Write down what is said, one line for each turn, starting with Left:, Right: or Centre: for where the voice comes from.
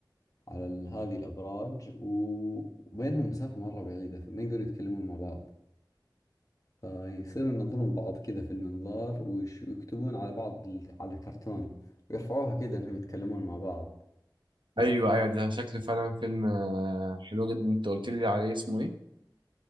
Left: على ال- هذه الأبراج و- وبينهم مسافة مرة بعيدة فما يقدروا يتكلمون مع بعض فيصيروا ينظرون بعض كذا في المنظار ويش- ويكتبون على بعض ال- على كرتون ويرفعوها كذا انهم يتكلمون مع بعض
Right: ايوه ايوه ده شكل فعلا فيلم آه، حلو جدا انت قلت لي عليه اسمه ايه